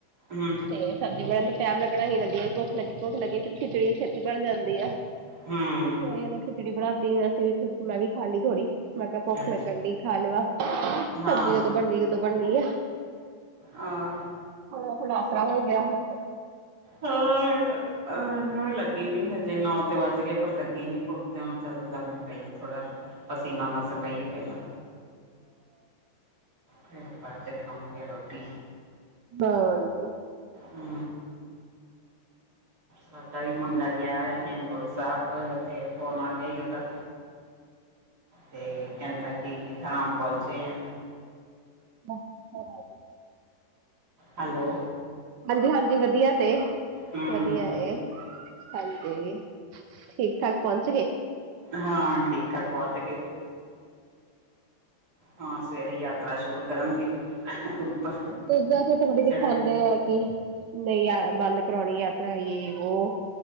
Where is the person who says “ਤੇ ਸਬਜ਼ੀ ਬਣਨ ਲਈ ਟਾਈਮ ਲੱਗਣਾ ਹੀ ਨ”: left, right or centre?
Right